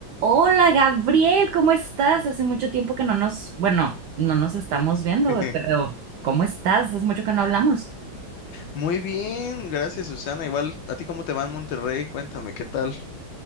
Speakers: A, on the right (about 75°); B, on the left (about 75°).
A: Hola Gabriel, ¿cómo estás? Hace mucho tiempo que no nos, bueno, no nos estamos viendo,
B: <laughs>
A: güey, pero ¿cómo estás? Hace mucho que no hablamos.
B: Muy bien, gracias Susana. Igual, ¿a ti cómo te va en Monterrey? Cuéntame, ¿qué tal?